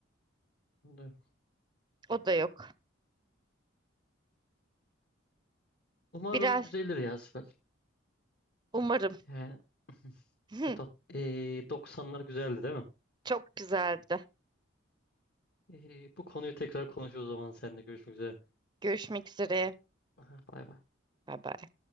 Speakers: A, on the left (about 50°); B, on the right (about 20°).
A: Evet.
B: o da yok.
A: Umarım
B: Biraz
A: düzelir ya Sibel.
B: umarım
A: Yani <laughs>
B: <laughs>
A: Atat, ee, 90'lar güzeldi değil mi?
B: çok güzeldi.
A: Ee, bu konuyu tekrar konuşuruz o zaman seninle görüşmek üzere.
B: Görüşmek üzere.
A: Aha, bay bay.
B: Bye bye.